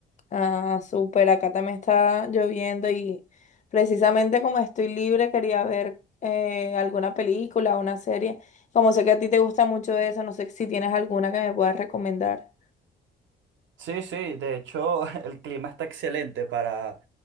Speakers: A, on the left (about 40°); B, on the right (about 70°).
A: Ah, súper, acá también está lloviendo y precisamente como estoy libre quería ver eh, alguna película, una serie. Como sé que a ti te gusta mucho eso, no sé si tienes alguna que me puedas recomendar.
B: Sí, sí, de hecho <laughs> el clima está excelente para,